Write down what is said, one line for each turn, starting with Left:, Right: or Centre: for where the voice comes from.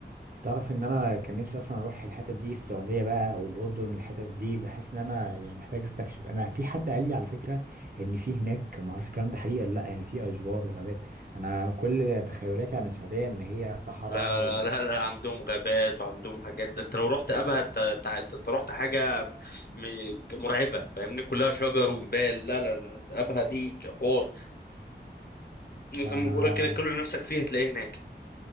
Right: تعرف ان انا كان نفسي اصلا اروح الحتت دي السعوديه بقى او الاردن الحتت دي بحس ان انا يعني محتاج استكشف انا في حد قال لي على فكره ان في هناك ما اعرفش الكلام ده حقيقي ولا لا يعني في اشجار وغابات انا كل تخيلاتي عن السعوديه ان هي صحراء
Left: لا
Right: و...
Left: لا لا, لا عندهم غابات وعندهم حاجات ده انت لو رحت ابها انت انت انت أنت رحت حاجه م- مرعبه فاهمني كلها شجر وجبال لا لا لا ابها دي حوار
Right: فانا
Left: زي ما بقولك كده كل اللي نفسك فيه هتلاقيه هناك